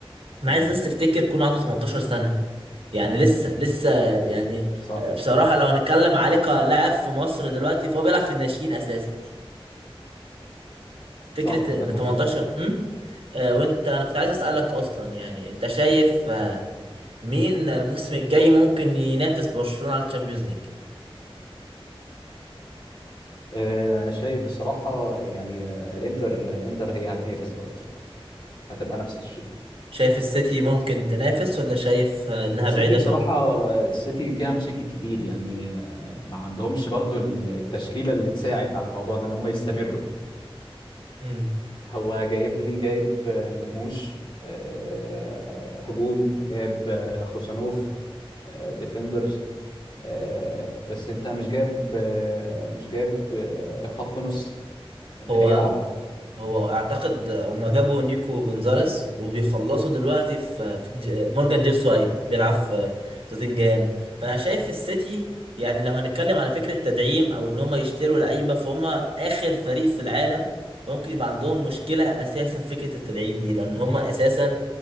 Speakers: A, on the right (about 70°); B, on the left (about 55°).
A: انا
B: مم.
A: عايز الناس تفتكر يكون عنده 18 سنه يعني لسه لسه يعني
B: صح
A: آه، بصراحه لو هنتكلم عليه كلاعب في مصر دلوقتي فهو بيلعب في الناشئين اساسا ففكرة
B: صح ده
A: ان
B: المفروض
A: 18 امم آه، وانت انا كنت عايز اسألك اصلا يعني انت شايف آه، مين الموسم الجاي ممكن ينافس برشلونة على الشامبيونز ليج
B: آه، انا شايف بصراحة يعني آه، الانتر الانتر هي هتنافس برضه هتبقى نفس الشيء
A: شايف السيتي ممكن تنافس ولا شايف آه، انها
B: السيتي
A: بعيدة
B: بصراحة
A: شوية
B: السيتي فيها مشاكل كتير يعني آه، ما عندهمش برضو التشكيلة اللي تساعد على الموضوع ده ان هم يستمروا
A: مم.
B: هو جايب لي جايب آه، مرموش آه، هجوم جايب آه، خوسانوف آه، ديفندرز آه، بس انت مش جايب آه، مش جايب آه، خط نص اللي
A: هو
B: هيلعب عليه
A: هو اعتقد هما جابوا نيكو جونزاليز وبيخلصوا دلوقتي في في ج- مورجان جيبسواي بيلعب في توتنجهام فانا شايف في السيتي يعني لو هنتكلم على فكره تدعيم او ان هما يشتروا لعيبه فهم اخر فريق في العالم ممكن يبقى عندهم مشكله اساسا في فكره التدعيم دي لان هما اساسا